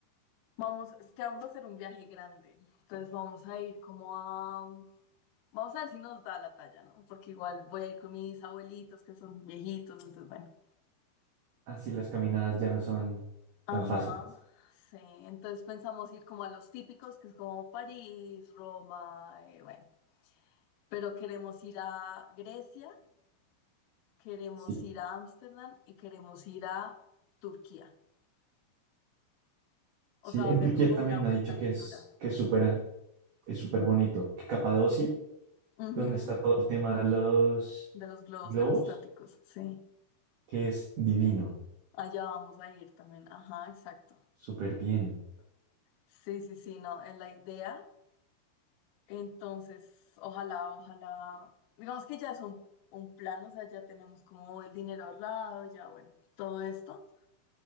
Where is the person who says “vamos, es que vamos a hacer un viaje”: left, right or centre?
Left